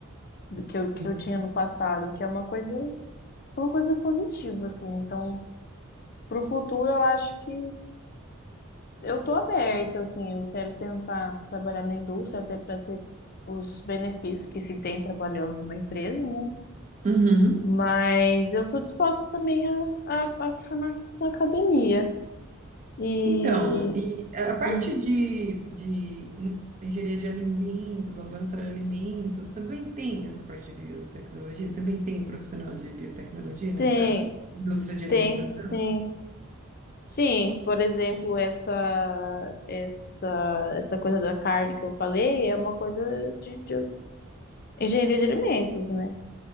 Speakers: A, on the left; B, on the right.
A: do Que eu, que
B: Uhum.
A: eu tinha no passado, que é uma coisa, uma coisa positiva, assim. Então, pro futuro, eu acho que eu tô aberta, assim. Eu quero tentar trabalhar na indústria, até para ter os benefícios que se tem trabalhando numa empresa, né?
B: Uhum.
A: Mas eu tô disposta também a, a, a ficar na, na academia. E
B: Então, e a parte
A: hum,
B: de, de en- engenharia de alimentos, laboratório de alimentos, também tem essa parte de biotecnologia? Também tem profissional de biotecnologia nessa
A: tem,
B: indústria de alimentação?
A: tem sim. Sim, por exemplo, essa essa essa coisa da carne que eu falei é uma coisa de, de engenharia de alimentos, né?